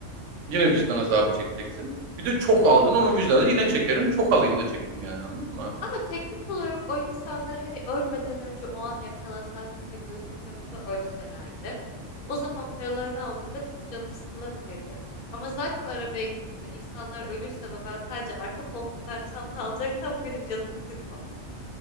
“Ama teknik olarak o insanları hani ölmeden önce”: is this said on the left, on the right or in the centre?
Left